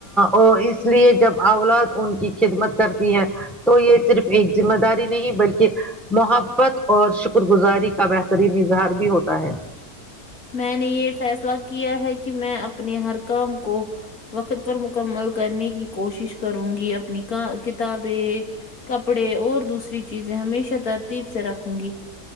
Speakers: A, in the centre; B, on the left (about 70°).
A: اور اس لیے جب اولاد ان کی خدمت کرتی ہیں تو یہ صرف ایک ذمہ داری نہیں بلکہ محبت اور شکر گزاری کا بہترین اظہار بھی ہوتا ہے
B: میں نے یہ فیصلہ کیا ہے کہ میں اپنے ہر کام کو وقت پر مکمل کرنے کی کوشش کروں گی اپنی کا کتابیں کپڑے اور دوسری چیزیں ہمیشہ ترتیب سے رکھوں گی